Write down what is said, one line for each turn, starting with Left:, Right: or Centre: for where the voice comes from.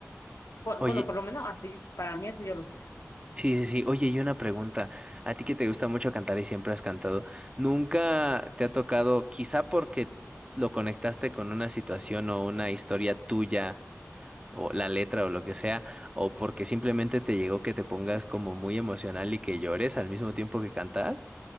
Left: por-
Right: Oye,
Left: bueno, por lo menos así, para mí así yo lo siento.
Right: Sí, sí, sí. Oye, y una pregunta. A ti que te gusta mucho cantar y siempre has cantado, ¿nunca te ha tocado, quizá porque lo conectaste con una situación o una historia tuya, o la letra o lo que sea, o porque simplemente te llegó que te pongas como muy emocional y que llores al mismo tiempo que cantas?